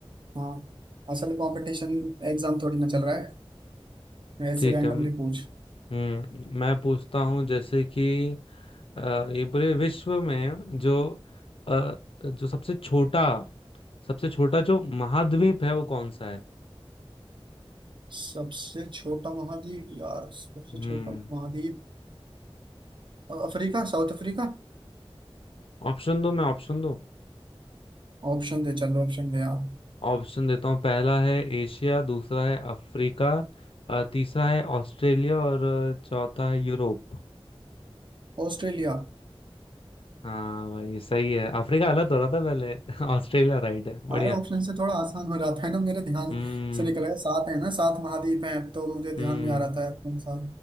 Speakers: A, on the right; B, on the left.
A: हाँ असल कंपटीशन एग्जाम थोड़ी ना चल रहा है ऐसे
B: ठीक
A: रैंडमली
B: है
A: पूछ
B: हम्म मैं पूछता हूँ जैसे कि अ, ये पूरे विश्व में जो अ, जो सबसे छोटा सबसे छोटा जो महाद्वीप है वो कौन सा है
A: सबसे छोटा महाद्वीप यार सबसे
B: हम्म
A: छोटा महाद्वीप Africa South Africa
B: ऑप्शन दो मैं ऑप्शन दो
A: ऑप्शन दे चलो ऑप्शन दे यार
B: ऑप्शन देता हूँ पहला है एशिया दूसरा है अफ्रीका अ, तीसरा है ऑस्ट्रेलिया और अ, चौथा है यूरोप
A: ऑस्ट्रेलिया
B: हाँ भाई सही है अफ्रीका गलत हो रहा था पहले <laughs> ऑस्ट्रेलिया राइट है बढ़िया
A: सारे ऑप्शन से थोड़ा आसान हो जाता है ना मेरे ध्यान
B: हम्म
A: से निकल गया सात है ना सात महाद्वीप हैं तो मुझे
B: हम्म
A: ध्यान में आ रहा था कौन सा